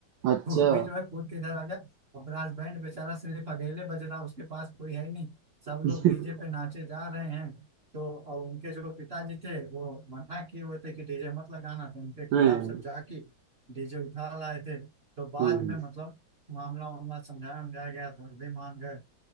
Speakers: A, on the right; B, on the right.
A: अच्छा
B: वो भी जो है कूद के इधर आ गया और ब्रास बैंड बेचारा सिर्फ अकेले बज रहा उसके पास कोई है ही नहीं सब
A: <laughs>
B: लोग डीजे पे नाचे जा रहे हैं तो और उनके जो पिताजी थे वो मना किए हुए थे कि डीजे मत लगाना तो उनके
A: हम्म
B: खिलाफ सब जाके डीजे उठा लाए थे तो बाद
A: हम्म
B: में मतलब मामला वामला समझाया समझाया गया तो वो भी मान गए